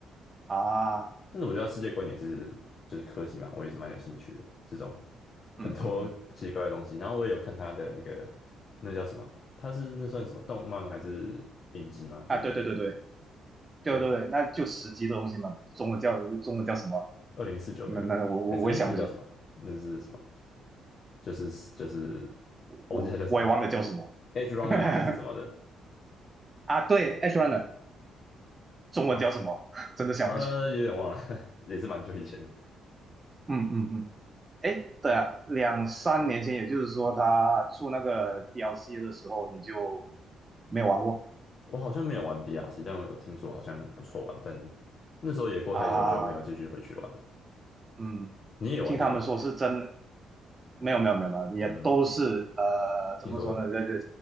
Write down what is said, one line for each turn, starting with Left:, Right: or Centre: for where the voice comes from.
Right: 啊，
Left: 但是我觉得它世界观也是就是科技嘛，我也是蛮有兴趣的这种
Right: 嗯嗯嗯，
Left: 很多奇奇怪怪的东西。然后我也有看他的那个那叫什么。他是那算什么动漫吗还是影集吗？
Right: 啊，
Left: 那个
Right: 对对对对对对对，
Left: 对，
Right: 那就十级的东西嘛，中文叫中文叫什么？
Left: 二零四九那个嘛，
Right: 那那那我我我也想不起，
Left: 还是哎，那叫什么？那是什么？就是就是我忘记它叫什么了
Right: 我我也忘了叫什么
Left: <laughs>，Edge Runner
Right: <laughs>
Left: 吗？还是什么的？
Right: 啊。对，H runner 中文叫什么？
Left: 对吧？
Right: 真的想不起。
Left: 呃，有点忘了，<laughs> 也是蛮久以前的。
Right: 嗯嗯嗯，哎，对啊，两三年前，也就是说他出那个 DLC 的时候，你就没有玩过
Left: 我好像没有玩 DLC，但我有听说好像不错玩，但那时候也过太久就没有继续回去玩了。
Right: 啊？嗯，
Left: 你也有玩这个吗？
Right: 听他们说是真，没有没有没有没有，也都是呃怎么说呢，
Left: 嗯，听说的。
Right: 在这